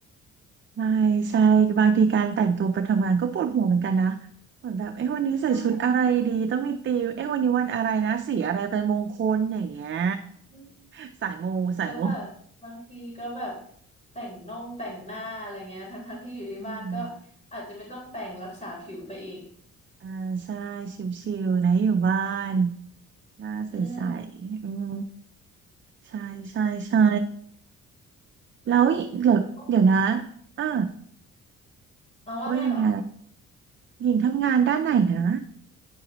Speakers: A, on the right (about 40°); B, on the left (about 20°).
A: ใช่ใช่บางทีการแต่งตัวไปทำงานก็ปวดหัวเหมือนกันนะเหมือนแบบเอ้วันนี้ใส่ชุดอะไรดีต้องมีธีมเอ้วันนี้วันอะไรนะสีอะไรเป็นมงคลอย่างเงี้ย
B: ใช่อืม
A: <laughs> สายมูสายมู
B: แล้วแบบบางทีก็แบบแต่งน่งแต่งหน้าอะไรเงี้ยทั้งทั้งที่อยู่ที่บ้านก็
A: อืม
B: อาจจะไม่ต้องแต่งรักษาผิวไปอีก
A: อ่าใช่ชิวๆนะอยู่บ้านหน้าใสๆอืม
B: อืม
A: ใช่ใช่ใช่แล้วอีเดี๋ยวเดี๋ยวนะ
B: แล้ว
A: อ่า
B: เอาว่าไงเหรอ
A: ว่ายังไงหญิงทำงานด้านไหนนะ